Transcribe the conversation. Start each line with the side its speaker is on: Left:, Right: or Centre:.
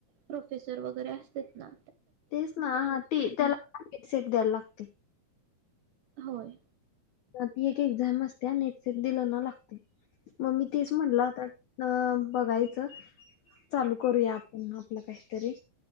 Right: प्रोफेसर वैगरे असतात न!
Left: तेच ना! ते. त्याला नेटसेट द्याला लागते.
Right: होय.
Left: नक्की एक एक्झाम असताया. नेटसेट दिल ना, लागतंय. मग मी तेच म्हनल, आता न.. बघायच चालू करूया आपन आपल काहीतरी.